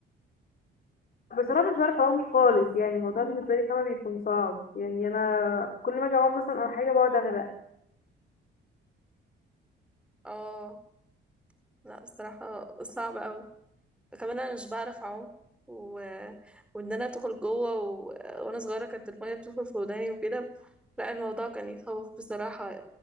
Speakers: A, on the left; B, in the centre.
A: بصراحة مش بعرف أقوم خالص يعني الموضوع بالنسبة لي فاهمة بيكون صعب يعني أنا كل ما أجي أقوم مثلا أو حاجة بقعد أغرق
B: اه لا بصراحة صعب قوي كمان انا مش بعرف اعوم و... وان انا ادخل جوه و... وانا صغيرة كانت المية بتدخل في وداني وكده لا الموضوع كان يخوف بصراحة